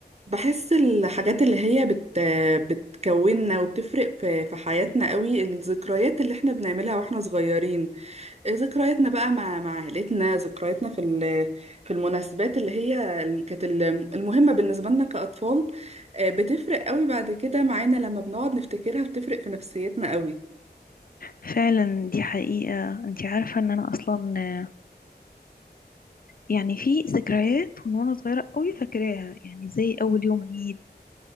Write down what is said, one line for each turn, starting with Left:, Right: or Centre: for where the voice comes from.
Right: بحس الحاجات اللي هي بت... بتكوننا وبتفرق في... في حياتنا قوي الذكريات اللي احنا بنعملها واحنا صغيرين ذكرياتنا بقى مع مع عائلتنا ذكرياتنا في ال... في المناسبات اللي هي الم- كانت ال- المهمة بالنسبة لنا كأطفال آه، بتفرق قوي بعد كده معانا لما بنقعد نفتكرها بتفرق في نفسيتنا قوي
Left: فعلا دي حقيقة انت عارفة ان انا اصلا آه، يعني في ذكريات من وانا صغيرة قوي فاكراها يعني زي اول يوم عيد